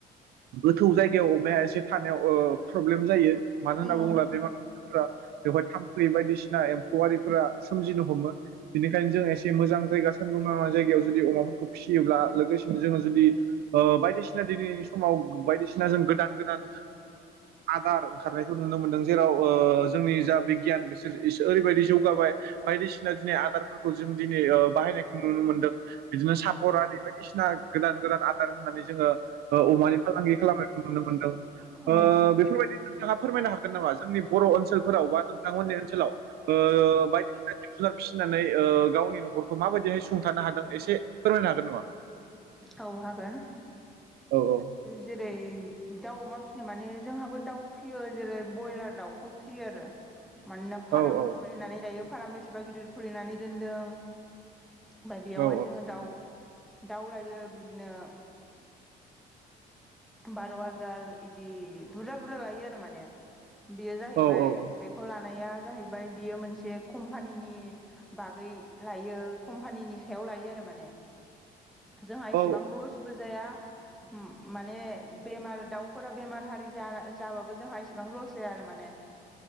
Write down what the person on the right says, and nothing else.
गोथौ जायगायाव अमाया एसे थानायाव प्रब्लेम जायो। मानो होनना
बुङोब्ला बे फार्मफोरा जोबोद थामफै बायदिसिना एम्फौवारिफोरा सोमजिनो हमो। बेनिखायनो जों एसे मोजां जायगा सानदुंनां जायगायाव जुदि अमा फिसियोब्ला लोगोसेनो जोङो जुदि बायदिसिना दिनैनि समाव बायदिसिना जों गोदान गोदान आदार ओंखारनायखौ नुनो मोनदों जेराव जोंनि जा बिगियान बिसोर ओरैबायदि जौगाबाय बायदिसिना दिनै आदारफोरखौ जों दिनै बाहायनायखौ नुनो मोनदों बिदिनो सापर आरि बायदिसिना गोदान गोदान आदार होननानै जोङो अमानि फालांगि खालामनायखौ नुनो मोन्दों।
ओ बेफोरबायदि नोंथाङा फोरमायनो हागोन नामा जोंनि बर' ओनसोलफोराव बा नोंथांमोननि ओनसोलाव। ओ। जुनार फिसिनानै गावनि न'खरखौ माबायदिहाय सुंथानो हादों एसे फोरमायनो हागोन नामा? <unintelligible>
औ औ
औ
औ
औ औ
औ